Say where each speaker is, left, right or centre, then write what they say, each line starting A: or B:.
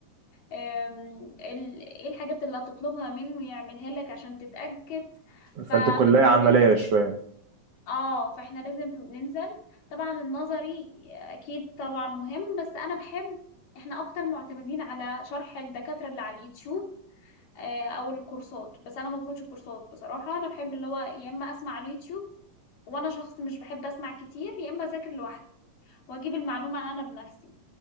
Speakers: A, on the left (about 75°); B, on the right (about 70°).
A: آم، ال- ايه الحاجات اللي هتطلبها منه يعملها لك عشان تتاكد ف...
B: فانتوا كلية
A: فبالنسبه
B: عملية
A: لي
B: شوية
A: اه فاحنا لازم ننزل طبعا النظري اكيد طبعا مهم بس انا بحب احنا اكتر معتمدين على شرح الدكاترة اللي على اليوتيوب آه، او الكورسات بس انا ما باخدش كورسات بصراحة انا بحب اللي هو يا اما اسمع على اليوتيوب وانا شخص مش بحب اسمع كتير يا اما اذاكر لوحدي واجيب المعلومة انا بنفسي